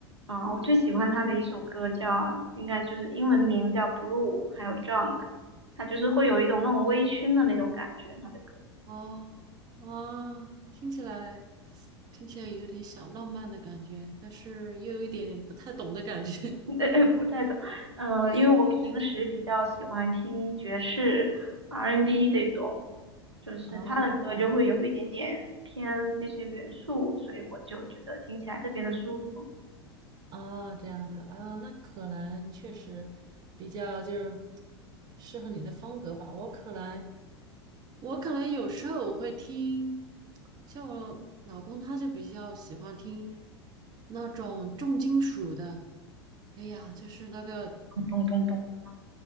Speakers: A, on the right; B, on the right.
A: 啊、我最喜欢他的一首歌叫，应该就是英文名叫《Blue》，还有《Drunk》。他就是会有一种那种微醺的那种感觉，他的歌，
B: 哦，啊，听起来听起来有点小浪漫的感觉，但是又有一点不太懂的感觉。
A: <laughs> 呃，不太懂，呃，因为我平时比较喜欢听爵士、
B: <laughs>
A: R&B 这种，就是他的歌就会有一点点偏这些元素，
B: 哦
A: 所以我就觉得听起来特别的舒服，
B: 哦，这样子啊，那可能确实比较就是适合你的风格吧。我可能我可能有时候我会听，像我老公他就比较喜欢听那种重金属的，哎呀，就是那个。
A: 咚咚咚的。